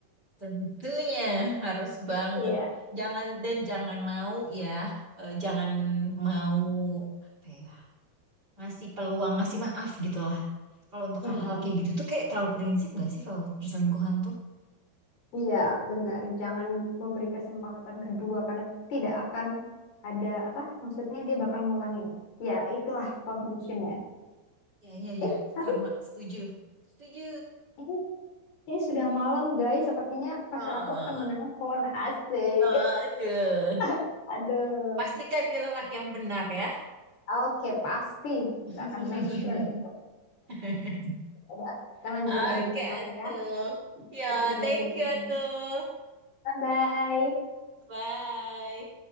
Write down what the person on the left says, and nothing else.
Iya.
Mm-mm.
Iya, benar. Jangan memberi kesempatan kedua karena tidak akan ada apa? Maksudnya dia bakal ngulangin. Ya, itulah conclusionnya.
Eh, tapi
ini, ini sudah malam, guys. Sepertinya pacar
aku akan menelpon. Asik.
<laughs> Aduh.
Oke, pasti.
Kita akan make sure itu.
Coba kita lanjut
lagi besok
ya.
Gosip-gosipnya.
Bye-bye.